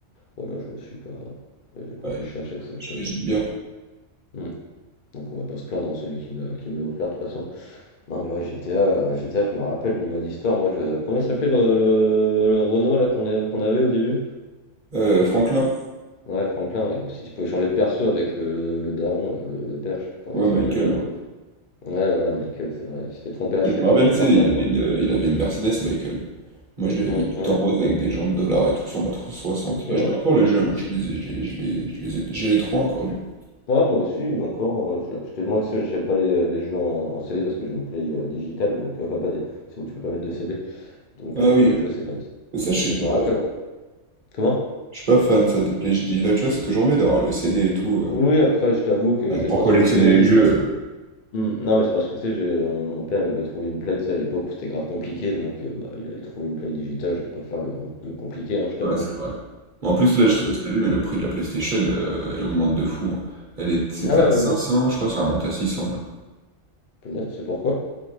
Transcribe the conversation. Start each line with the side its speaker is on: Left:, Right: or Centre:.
Left: voilà, je me suis pas. J'ai pas
Right: Ouais,
Left: plus cherché que ça,
Right: j'imagine
Left: je t'avoue.
Right: bien.
Left: Hmm. Donc on va pas se plaindre, hein, celui qui me l'a qui me l'a offert de toute façon. Non mais ouais GTA, euh, GTA je me rappelle du mode histoire, moi je. Comment il s'appelait le, le, le Renault là qu'on avait, qu'on avait au début?
Right: Euh, Franklin.
Left: Ouais Franklin, ouais. Si tu pouvais changer de perso avec le, le- le daron, là, le, le père, je sais plus comment
Right: Ouais,
Left: il s'appelle
Right: Michael,
Left: là.
Right: ouais.
Left: Ouais voilà Michael, c'est vrai. Il se fait tromper, il
Right: Moi,
Left: se
Right: je
Left: fait
Right: me
Left: tromper
Right: rappelle, tu
Left: par
Right: sais,
Left: ça.
Right: il avait une, euh, il avait une Mercedes, Michael. Moi, je l'avais
Left: ouais.
Right: mis tout en rose avec des jantes de dollars et tout sur ma trois cent soixante
Left: Ok, ouais,
Right: Bah, je l'ai encore
Left: pas
Right: le
Left: mal
Right: jeu, moi,
Left: ça.
Right: je les ai, je les, je les, je les ai- j'ai les trois encore, du coup.
Left: Ouais, moi aussi, encore, euh, je, je t'ai- moi tu sais, j'achète pas les, les jeux en, en CD parce que j'ai une Play euh, digitale, donc euh, enfin pas des. C'est où tu peux pas mettre de CD. Donc
Right: Ah
Left: euh, tous
Right: oui.
Left: mes jeux c'est comme ça.
Right: Mais ça,
Left: Bon,
Right: je suis,
Left: Mais je
Right: ouais,
Left: me rappelle. ouais. Comment?
Right: je suis pas fan, ça, des plages digitales. Tu vois, c'est toujours mieux d'avoir le CD et tout. euh,
Left: Oui, après, je t'avoue que
Right: bah,
Left: c'est
Right: Pour
Left: parce
Right: collectionner
Left: que tu sais,
Right: les
Left: j'ai
Right: jeux. euh.
Left: Hmm, Non, mais c'est parce que tu sais, j'ai- on- mon père il m'avait trouvé une play, tu sais, à l'époque où c'était grave compliqué, donc euh, bah, il avait trouvé une play digitale, je vais pas faire le, hein, le compliqué, hein, je t'avoue.
Right: Ouais, c'est vrai. Mais en plus, là, je
Left: Un
Right: sais
Left: truc.
Right: pas si t'as vu, mais le prix de la PlayStation, euh, elle augmente de fou. hein. Elle est, c'était
Left: Ah ouais,
Right: à
Left: elle
Right: cinq
Left: augmente?
Right: cents je crois, ça remonte à 600 là.
Left: Punaise, tu sais pourquoi?